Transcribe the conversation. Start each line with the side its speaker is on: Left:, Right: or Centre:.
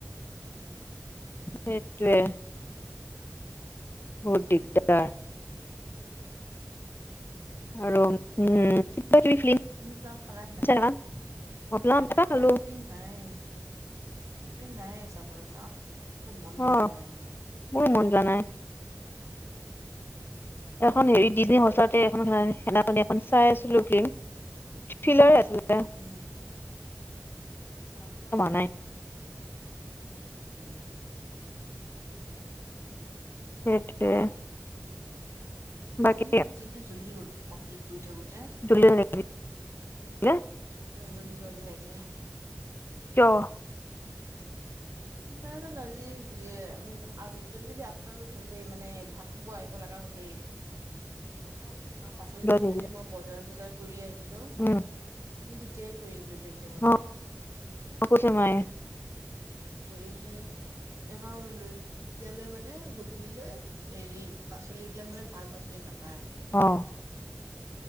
Right: হয় নেকি?
Left: সেইটোৱে বহুত দিগদাৰ।
Right: হু
Left: আৰু উম। কিবা কিবি ফিল্ম
Right: তুমি প্লাম খালা নে নাই?
Left: চাই থাকা ভাবলাম এটা খালো
Right: নাই ফিল্ম নাইয়ে। ফিল্ম নাইয়ে চাবলৈ চাম। এ মন যোৱা
Left: অ',
Right: নাই মানে মোৰ।
Left: মোৰো মন যোৱা নাই। এখন হেৰি <unintelligible> সঁচাতে এখনো খেলা নাই। সেনাখনী এখন চাই আছিলো ফিল্ম থ্ৰিলাৰ আছিল।
Right: উম,
Left: <unintelligible> <unintelligible>
Right: এনেকেই,
Left: সেইটোৱে। বাকী
Right: আজি কিন্তু জিমটো জল্দি গল। অফিচত গৈ থাকোতে,
Left: <unintelligible>
Right: উম ', জলি যোৱা যেন লাগিলে।
Left: কিয়?
Right: নাজানো আজি জল্দি- জল্দি আফটাৰনুন হলে মানে ভাত খাব আহিব লাগা হ'লেই। অ', পাচলি - চাচলি
Left: দিলে
Right: মই বজাৰ -চজাৰ, কৰি আহিল, হেল্ল',
Left: উম
Right: সেই তেতিয়াই কৰি আহিলো বেক টাইমতে,
Left: অ কৈছে মায়ে
Right: কৰি পেলে এ', এতিয়ালৈ মানে গধূলি লৈ এৰি পাচলি বিলাক মানে ভাল পাচলি নাপায়।
Left: অহ্